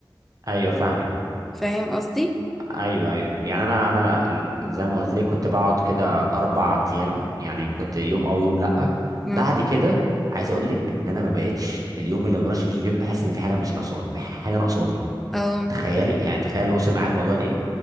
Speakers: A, on the right (about 45°); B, in the centre.
A: ايوه فاهمك
B: فاهم قصدي
A: ايوه ايوه يعني انا انا ال- زي ما قلت لك كنت بقعد كده اربع ايام يعني كنت يوم او يوم لا
B: امم
A: بعد كده عايز اقول لك ان انا ما بقتش اليوم اللي ما بروحش فيه الجيم بحس ان في حاجه مش ناقصاني حاجه ناقصاني
B: اه
A: تخيلي يعني تخيل اللي وصل معايا الموضوع لايه